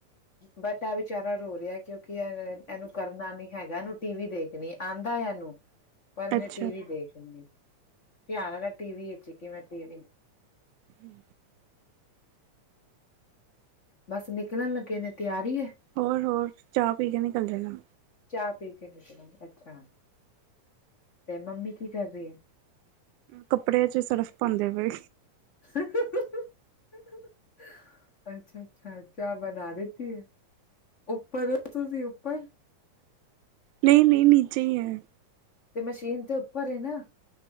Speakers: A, on the left (about 45°); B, on the right (about 85°).
A: ਬਟ ਐ ਵਿਚਾਰਾ ਰੋ ਰਿਆ ਕਿਉਂਕਿ ਇਹ ਇਹਨੂੰ ਕਰਨਾ ਨੀ ਹੈਗਾ ਇਹਨੂੰ ਟੀ ਵੀ ਦੇਖਨੀ ਏ। ਆਉਂਦਾ ਐ ਇਹਨੂੰ, ਪਰ ਇਹਨੇ
B: ਅੱਛਾ
A: ਟੀ ਵੀ ਦੇਖਨੀ ਏ। ਧਿਆਨ ਏਦਾ ਟੀ ਵੀ ਚ ਏ ਕਿਵੇੈਂ ਟੀ ਵੀ ਨ
B: ਹਮ
A: ਬਸ ਨਿਕਲਨ ਲੱਗੇ ਨੇ ਤਿਆਰੀ ਐ
B: ਹੋਰ-ਹੋਰ ਚਾਹ ਪੀ ਕੇ ਨਿਕਲ ਜਾਨਾ।
A: ਚਾਹ ਪੀ ਕੇ ਨਿਕਲਨਗੇ ਅੱਛਾ, ਤੇ ਮੰਮੀ ਕੀ ਕਰ ਰਈ ਏ?
B: ਕੱਪੜਿਆਂ ਚ ਸਰਫ ਪਾਂਦੇ ਪਏ
A: ਹ-ਹ-ਹ-ਹ <unintelligible> ਅੱਛਾ-ਅੱਛਾ ਚਾਹ ਬਨਾ ਦਿੱਤੀ ਏ, ਉੱਪਰ ਓ ਤੁਸੀਂ ਉੱਪਰ?
B: ਨਈਂ-ਨਈਂ ਨੀਚੇ ਈਂ ਏਂ।
A: ਤੇ ਮਸ਼ੀਨ ਤੇ ਉੱਪਰ ਏ ਨਾ?